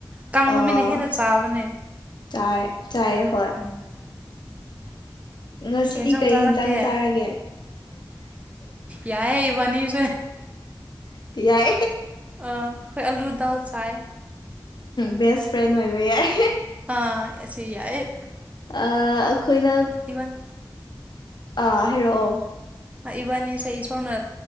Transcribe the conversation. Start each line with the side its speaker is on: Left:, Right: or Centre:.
Right: ꯀꯪꯕ
Left: ꯑꯣ
Right: ꯃꯤꯅ ꯍꯦꯟꯅ ꯆꯥꯕꯅꯦ
Left: ꯆꯥꯏ ꯆꯥꯏ ꯍꯣꯏ
Right: ꯎꯝ
Left: ꯉꯁꯤꯗꯤ
Right: ꯀꯩ ꯏꯟꯁꯡ ꯆꯥꯔꯛꯀꯦ
Left: ꯌꯦꯟꯖꯥꯡ ꯆꯥꯔꯒꯦ
Right: ꯌꯥꯏꯌꯦ ꯏꯕꯥꯅꯤꯁꯨ
Left: ꯌꯥꯏ
Right: ꯑꯩꯈꯣꯏ ꯑꯂꯨꯗꯥꯜ ꯆꯥꯏ
Left: ꯕꯦꯁ ꯐ꯭ꯔꯦꯟ ꯑꯣꯏꯕ ꯌꯥꯏ
Right: ꯑꯥ ꯑꯁꯤ ꯌꯥꯏ
Left: ꯑꯩꯈꯣꯏꯅ
Right: ꯏꯕꯥꯟ
Left: ꯑꯥ ꯍꯥꯏꯔꯛꯑꯣ
Right: ꯏꯕꯥꯅꯤꯁꯦ ꯏꯁꯣꯔꯅ